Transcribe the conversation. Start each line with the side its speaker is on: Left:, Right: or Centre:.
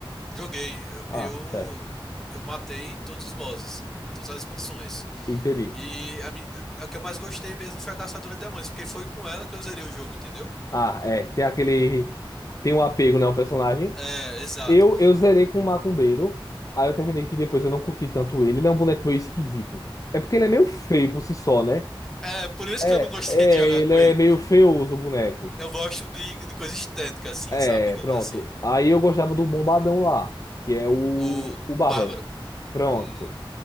Centre: Joguei.
Left: Ah,
Centre: Eu,
Left: certo.
Centre: eu matei todos os bosses, todas as expansões.
Left: Entendi.
Centre: E a, mi- a que eu mais gostei mesmo foi a Caçadora de Demônios, porque foi com ela que eu zerei o jogo, entendeu?
Left: Ah, é. Tem aquele. Tem um apego, né, ao personagem.
Centre: É, exato.
Left: Eu, eu zerei com o Macumbeiro. Aí eu terminei que depois eu não curti tanto ele. Ele é um boneco meio esquisito. É porque ele é meio feio por si só, né?
Centre: É, por isso
Left: É,
Centre: que eu não gostei
Left: é,
Centre: <laughs> de jogar
Left: ele
Centre: com
Left: é
Centre: ele.
Left: meio feioso o boneco.
Centre: Eu gosto de, de coisa estética, assim,
Left: É,
Centre: sabe? Digamos
Left: pronto.
Centre: assim.
Left: Aí eu gostava do Bombadão lá, que é o,
Centre: O,
Left: o Bárbaro.
Centre: o Bárbaro.
Left: Pronto.
Centre: Hum,